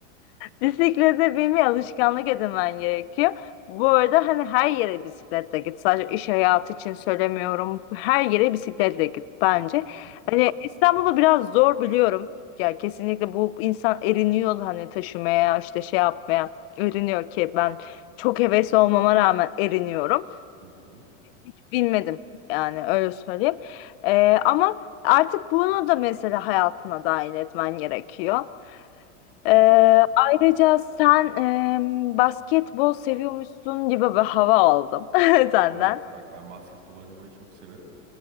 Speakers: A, on the left; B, on the right.
A: Bisiklete binmeye alışkanlık edinmen gerekiyor. Bu arada hani her yere bisikletle git. Sadece iş hayatı için söylemiyorum. Her yere bisikletle git bence.
B: Hı hı.
A: Hani İstanbul'da biraz zor biliyorum. Ya kesinlikle bu insan eriniyor hani taşımaya işte şey yapmaya. Eriniyor ki ben çok hevesli olmama rağmen eriniyorum.
B: Hı hı.
A: Hiç binmedim yani öyle söyleyeyim. Ee, ama artık bunu da mesela hayatına dahil etmen gerekiyor. Ee,
B: Hı hı.
A: ayrıca sen em, basketbol seviyormuşsun gibi bir hava aldım <laughs> senden.
B: Evet bak ben basketbol oynamayı çok severim.